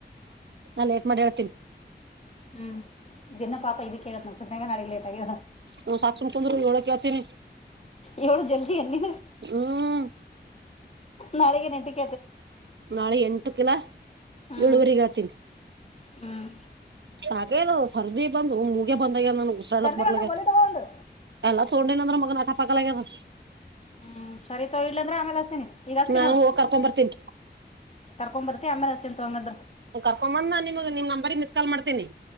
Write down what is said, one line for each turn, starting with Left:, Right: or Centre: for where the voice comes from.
Right: ನಾ ಏಟ್ ಮಾಡಿ ಹೇಳ್ತೀನಿ
Left: ಹ್ಮ್ ದನ್ನ ಪಾಪ ಇದಕ್ಕೆೇಳತ್ ನ ಸು ಮೇಗ ನಾಡಿಗೆ ಲೇಟ್ ಆಗ
Right: ನ ಸಾಕ್ಷಸಣ ತೊಂದ್ರೋಳಕೆ ಹತೀನಿ
Left: ಎವಳು ಜಲ್ದಿ ಏ ನೀ
Right: ಹ್ಮ್
Left: ನಾಳೆಗೆ ನೆಟಿಗೆ
Right: ನಾಳೆ ಎಂಟು ಕಿಲ
Left: ಹ್ಮ್
Right: ಏಳುವರಿಗ ಹತೀನಿ
Left: ಹ್ಮ್
Right: ಹಾಗೆದು ಸರ್ದಿ ಬಂದು ಮುಗ ಬಂದ ನಾನ ಉಸರಾಡಕ್
Left: ಸರ್ದಿಲ್ಲ
Right: ಬರ್ಲ್ಯ
Left: ಅಂದ್ರೆ ಗೋಲಿ ತಗೋ ಒಂದು
Right: ಎಲ್ಲ ತೊಂಡ ಅಂದ್ರ ಮಗನ ಆಟ ಪಾಕಗ್ಯದ
Left: ಹ್ಮ್ ಸರಿತ ಇಡ್ಲ ಅಂದ್ರೆ ಆಮೇಲೆ ಅಸ್ತೀನಿ ಈಗ ಅಸ್ತ
Right: ನಾನು
Left: ನೋಡು
Right: ಹೋಗ್ ಕರ್ಕೊಂಡ್ ಬರ್ತೀನಿ
Left: ಕರ್ಕೊ ಬರ್ತಿಮೇ ಹಸ್ತ ತಂಗದರು
Right: ಕರ್ಕೊಂಡ್ ಬಂದ ನಾ ನಿಮ್ ನಂಬರ್ ಮಿಸ್ ಕಲ್ ಮಾಡ್ತೇನಿ